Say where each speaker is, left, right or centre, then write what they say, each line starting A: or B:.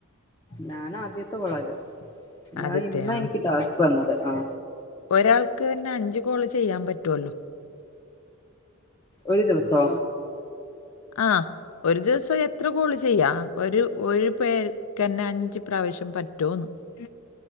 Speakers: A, on the left; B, on the left.
A: ഞാന ആദ്യത്തെ കോൾ ആണ് ഇത്.
B: ആദ്യത്തെയാ
A: ഞാൻ ഇന്ന എനിക്ക് ടാസ്ക് വന്നത് ആ
B: ഒരാൾക്ക് തന്നെ അഞ്ചു കോൾ ചെയ്യാൻ പറ്റുവല്ലോ
A: ഒരു ദിവസോ
B: ആ ഒരു ദിവസം എത്ര കോള് ചെയ്യാ ഒരു ഒരു പേർക്ക് തന്നെ അഞ്ച് അഞ്ചു പ്രാവശ്യം പറ്റോന്ന് ഉം